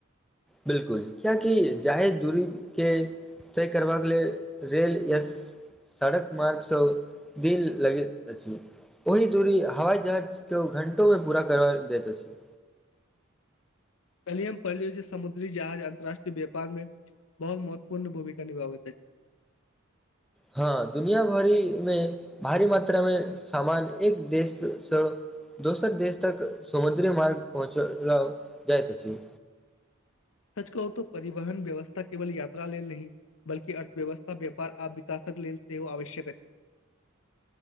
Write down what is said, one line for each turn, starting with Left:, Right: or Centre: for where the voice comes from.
Centre: बिलकुल कियाकि जायद दूरी के तय करबाक लेल रेल या सड़क मार्गसँ दिन लगैत अछि ओहि दूरी हवाई जहाज केओ घंटोमे पूरा करबा दैत अछि।
Left: कलियम पलिय समुद्री जहाज अन्तर्राष्ट्रीय व्यापार में बहुत महत्वपूर्ण भूमिका निभाबत ऐछ।
Centre: हँ दुनिया भरि मे भारी मात्रा मे सामान एक देशसँ दोसर देश तक समुद्री मार्ग पहुँचल जाइत अछि।
Left: सच कहू तऽ परिवहन व्यवस्था केवल यात्रा लेल नहि बल्कि अर्थव्यवस्था व्यापार आ विकासक लेल सेहो आवश्यक अछि।